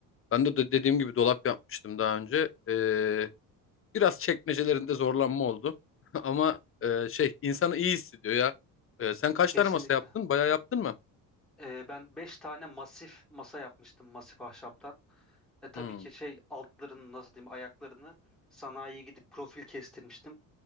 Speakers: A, on the left; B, in the centre.
A: Ben de, de dediğim gibi dolap yapmıştım daha önce. Ee, biraz çekmecelerinde zorlanma oldu. <laughs> Ama e, şey insanı iyi hissediyor ya. Ee, sen kaç
B: Kesinlikle.
A: tane masa yaptın? Bayağı yaptın mı?
B: Ee, ben 5 tane masif masa yapmıştım masif ahşaptan. E tabii
A: Hmm.
B: ki şey altlarını nasıl diyeyim ayaklarını sanayiye gidip profil kestirmiştim.